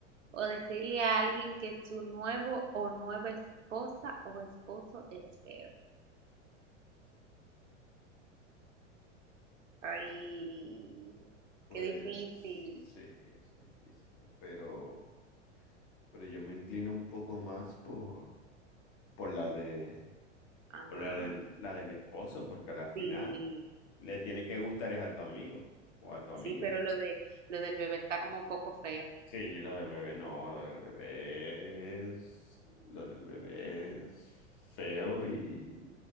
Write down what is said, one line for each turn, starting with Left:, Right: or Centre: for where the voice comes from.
Right: o decirle a alguien que su nuevo o nueva esposa o esposo es feo. Ay,
Left: pues
Right: qué difícil.
Left: sí, eso es difícil, ¿eh? Pero, pero yo me inclino un poco más por, por la de,
Right: Ajá,
Left: por la del, la del esposo, porque a la final
Right: sí.
Left: le tiene que gustar es a tu amigo o a tu amiga.
Right: Sí, pero lo de lo del bebé está como un poco feo.
Left: Sí, lo del bebé no, lo del bebé es, lo del bebé es feo y